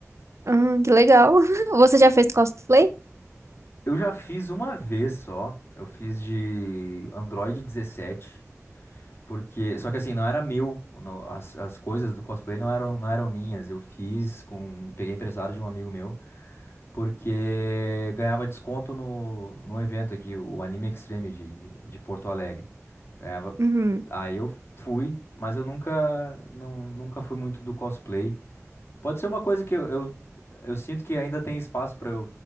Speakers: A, on the right (about 60°); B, on the left (about 50°).
A: aham, que legal. <laughs> Você já fez cosplay?
B: Eu já fiz uma vez só. Eu fiz de Android 17, porque só que assim não era meu, não- as, as coisas do cosplay não eram não eram minhas. Eu fiz com peguei emprestado de um amigo meu, porque ganhava desconto no no evento aqui, o Anime Extreme de, de Porto Alegre. Ganhava.
A: Uhum,
B: Aí eu fui, mas eu nunca não, nunca fui muito do cosplay. Pode ser uma coisa que eu, eu, eu sinto que ainda tem espaço para